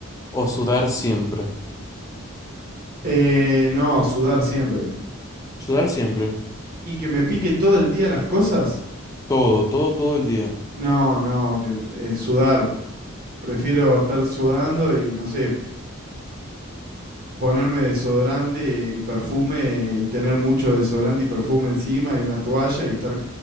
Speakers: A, on the left (about 15°); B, on the right (about 45°).
A: O sudar siempre.
B: Eh, no, sudar siempre.
A: Sudar siempre.
B: ¿Y que me pique todo el día las cosas?
A: Todo, todo, todo el día.
B: No, no, que eh, sudar. Prefiero estar sudando y, no sé, ponerme desodorante y perfume y tener mucho desodorante y perfume encima y una toalla y estar...